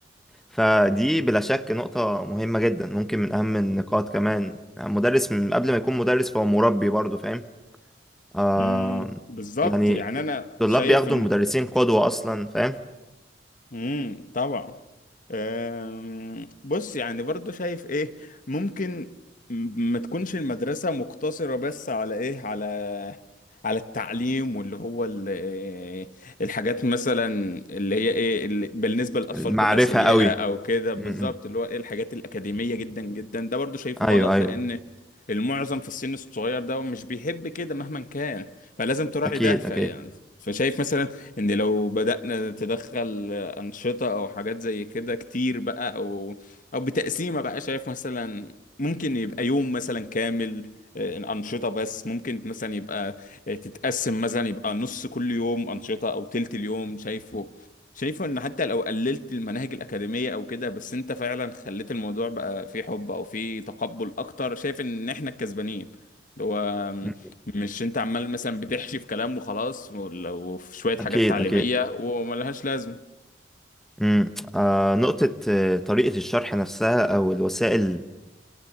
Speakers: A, in the centre; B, on the left.
A: فدي بلا شك نقطة مهمة جدا ممكن من أهم النقاط كمان مدرس من قبل ما يكون مدرس فهو مربي برضه فاهم آه
B: امم بالظبط
A: يعني
B: يعني انا
A: الطلاب
B: شايف
A: بياخدوا
B: ان
A: المدرسين قدوة أصلا فاهم
B: امم طبعا أم، بص يعني برضو شايف ايه ممكن م- ما تكونش المدرسة مقتصرة بس على ايه على على التعليم واللي هو ال- إيه، الحاجات مثلا اللي هي ايه اللي بالنسبة للأطفال
A: المعرفة
B: كلها سيئة
A: قوي
B: او كده بالظبط
A: م- م.
B: اللي هو ايه الحاجات الأكاديمية جدا جدا ده برضو شايفه
A: أيوه
B: غلط
A: أيوه
B: لأن المعظم في السن الصغير ده مش بيحب كده مهما كان فلازم تراعي
A: أكيد
B: ده فيعني
A: أكيد
B: فشايف مثلا ان لو بدأنا تدخل آه، أنشطة أو حاجات زي كده كتير بقى أو أو بتقسيمة بقى شايف مثلا ممكن يبقى يوم مثلا كامل آه، أنشطة بس ممكن مثلا يبقى آه، تتقسم مثلا يبقى نص كل يوم أنشطة أو تلت اليوم شايفه شايفه إن حتى لو قللت المناهج الأكاديمية أو كده بس أنت فعلا خليت الموضوع بقى فيه حب أو فيه تقبل أكتر شايف إن إحنا الكسبانين اللي هو
A: م-
B: مش انت عمال مثلا بتحشي في كلام وخلاص ولو في شوية حاجات
A: أكيد
B: تعليمية
A: أكيد
B: وملهاش لازمة
A: م. آه نقطة آه، طريقة الشرح نفسها أو الوسائل